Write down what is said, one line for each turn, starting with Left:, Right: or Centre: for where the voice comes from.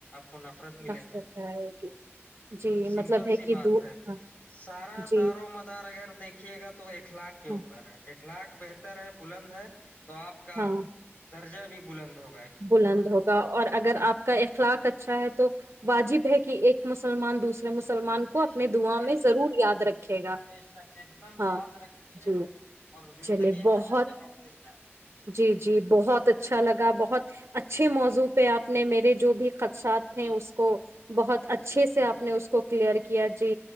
Left: کو نفرت ملے
Right: نفرت
Left: گا ہ
Right: آئے گی جی
Left: سمپل
Right: مطلب ہے
Left: سی
Right: کہ
Left: بات
Right: دو
Left: ہے
Right: ہاں
Left: سارا
Right: جی
Left: دار و مدار اگر دیکھیے گا تو اخلاق کے اوپر
Right: ہاں
Left: ہے اخلاق بہتر ہے بلند ہے آپ کا
Right: ہاں
Left: رجہ بھی بلند ہو
Right: بلند ہوگا اور اگر آپ کا اخلاق اچھا ہے تو واجب ہے کہ ایک مسلمان دوسرے مسلمان
Left: بے
Right: کو اپنے
Left: شک
Right: دواں
Left: بھائی
Right: میں ضرور یاد رکھے گا
Left: بے شک ایک دم یاد
Right: ہاں
Left: رکھیے
Right: جی
Left: اور زندگی
Right: چلے بہت
Left: میں آگے بڑھتے جائیں
Right: جی جی بہت
Left: ایسا
Right: اچھا لگا بہت اچھے موضوع پہ آپ نے میرے جو بھی ساتھ تھے
Left: جی
Right: اس کو بہت اچھے سے آپ نے اس کو کلیئر کیا جی